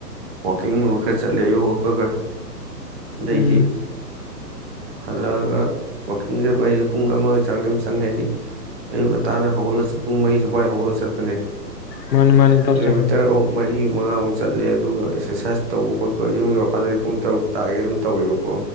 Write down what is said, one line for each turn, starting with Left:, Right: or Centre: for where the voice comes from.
Right: ꯋꯥꯋꯥꯛꯀꯤꯡ ꯈꯔ ꯆꯠꯂꯦ ꯑꯌꯨ ꯍꯣꯠꯄꯒ ꯗꯩꯗꯞ
Left: ꯎꯝ
Right: ꯍꯜꯂꯛꯑꯒ ꯋꯥꯛꯀꯤꯡ ꯆꯠꯄ ꯑꯩꯁ ꯄꯨꯡ ꯑꯃꯒꯤꯒ ꯆꯥꯡꯗꯤ ꯑꯗꯨꯝ ꯆꯪꯉꯦ ꯍꯥꯏꯗꯤ ꯑꯌꯨ ꯉꯟꯇꯥꯅ ꯍꯧꯒꯠꯂ ꯄꯨꯡ ꯃꯔꯤ ꯁꯨꯋꯥꯥꯏꯗ ꯍꯧꯒꯠꯂꯒ ꯆꯠꯄꯅꯦ
Left: ꯃꯥꯅꯤ ꯃꯥꯅꯤ ꯏꯇꯥꯎ
Right: ꯀꯤꯂꯣꯃꯤꯇꯔ
Left: ꯆꯨꯝꯃꯤ
Right: ꯑꯣ ꯃꯔꯤ ꯃꯉꯥꯃꯨꯛ ꯆꯠꯂꯦ ꯑꯗꯨꯒ ꯑꯦꯛꯁꯔꯁꯥꯏꯁ ꯇꯧꯕ ꯈꯣꯠꯄ ꯌꯨꯝ ꯌꯧꯔꯀꯥꯟꯗꯗꯤ ꯄꯨꯡ ꯇꯔꯨꯛ ꯇꯥꯒꯦ ꯑꯗꯨꯝ ꯇꯧꯋꯦꯕꯀꯣ